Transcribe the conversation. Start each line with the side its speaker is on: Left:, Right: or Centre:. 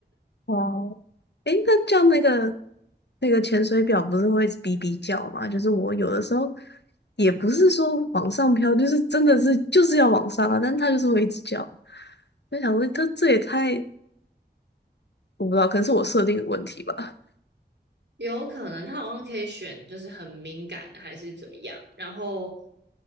Left: 哇哦，诶，那叫那个那个潜水表不是会哔哔叫吗？就是我有的时候也不是说往上飘，就是真的是就是要往上啊，但它就是会一直叫。我想问，它这也太我不知道，可能是我设定的问题吧。
Right: 有可能他好像可以选就是很敏感的还是怎么样，然后